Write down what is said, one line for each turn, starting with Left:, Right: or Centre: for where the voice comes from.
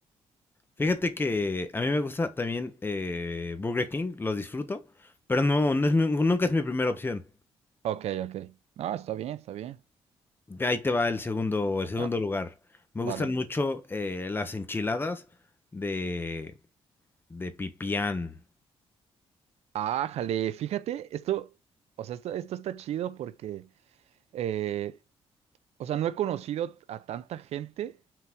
Left: Fíjate que a mí me gusta también eh, Burger King, los disfruto, pero no, no es mi- nunca es mi primera opción.
Right: Ok, ok. Ah, está bien, está bien.
Left: Ve, Ahí te va el segundo, el segundo
Right: Ah,
Left: lugar. Me
Right: vale.
Left: gustan mucho eh, las enchiladas de, de pipián.
Right: Ah, jale, fíjate, esto, o sea, esto, esto está chido porque, eh, o sea, no he conocido a tanta gente